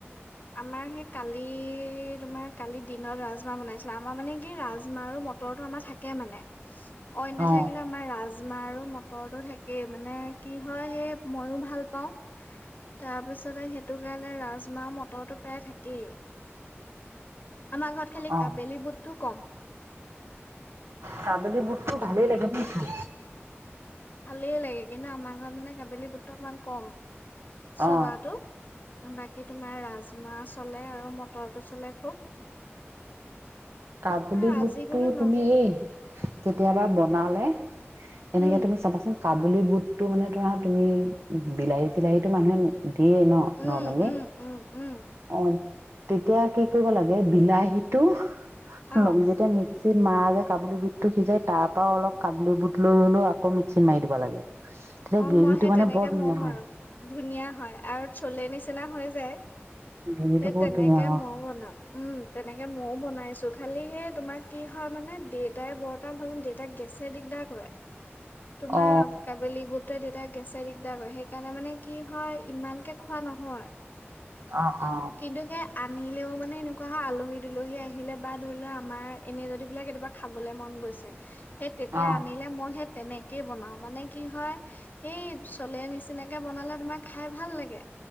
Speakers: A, on the left (about 40°); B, on the right (about 70°).
A: আমাৰ সেই কালি তোমাৰ কালি দিনত ৰাজমাহ বনাইছিলা আমাৰ মানে কি ৰাজমাহ আৰু মটৰটো আমাৰ থাকে মানে অন্য
B: অ
A: থাকিলে আমাৰ ৰাজ ৰাজমাহ আৰু মটৰটো থাকেই মানে কি হয় সেই মইও ভাল পাওঁ তাৰপিছতে সেইটো কাৰণে ৰাজমাহ মটৰ মটৰ তো প্ৰায় থাকেই আমাৰ ঘৰত খালি
B: অ
A: কাবেলী বোদতো কম
B: কাবেলি বুটটো ভালেই লাগে বুজিছে
A: ভালেই লাগে কিন্তু আমাৰ ঘৰত মানে কাবেলি বুটটো অকণমান কম চলাটো
B: অ
A: বাকী তোমাৰ ৰাজমাহ চলে আৰু মটৰটো চলে খুব
B: কাবুলি
A: আহ
B: বুটটো
A: আজি বোলো
B: তুমি
A: ন
B: এই কেতিয়াবা বনালে এনেকে
A: উম
B: তুমি চাবাচোন কাবুলী বুটটো মানে ধোৰা তুমি বিলাহী চিলাহীটো মানুহে দিয়ে ন
A: উম
B: নমেলি
A: উম উম উম
B: অ তেতিয়া কি কৰিব লাগে বিলাহীটো
A: অ
B: ল'ম যেতিয়া নি মিক্সিত মাৰা যে কাবুলী বুটটো সিজাই তাৰ পৰা অলপ কাবুলী বুট লৈ হলেও আকৌ মিক্সিত মাৰি দিব লাগে তেতিয়া
A: অ
B: গ্ৰেভিটো
A: মই সে
B: মানে
A: তেনেকে
B: বৰ ধুনীয়া
A: মৌ মাৰো‌
B: হয়
A: আৰু ধুনীয়া হয় আৰু চলে নিচিনা নিচনা হৈ যায়
B: গ্ৰেভিটো
A: সেই
B: বহুত
A: তেনেকে
B: ধুনীয়া হয়
A: মই বনাম উম তেনেকে মইও বনাইছো খালি সেই তোমাৰ কি হয় মানে দেউতাই বৰ্তটা ভাল দেউতাক গেছে দিগদাৰ কৰে। তোমাৰ
B: অ
A: কাবেলি বোত। তে দেউতাক গেছে দিগদাৰ কৰে সেইকাৰণে মানে কি হয় ইমানকে খোৱা নহয়।
B: অ অ।
A: কিন্তু সেই আনিলেও মানে এনেকুৱা হয় আলহী দুলহী আহিলে বা ধৰি লোৱা আমাৰ এনে যদি বোলে কেতিয়াবা খাবলে মন গৈছে। সেই তেতিয়া
B: অ
A: আনিলে মই সেই। তেনেকেই বনাও মানে কি হয় সেই চলে নিচিনাকে বনালে তোমাৰ খাই ভাল লাগে।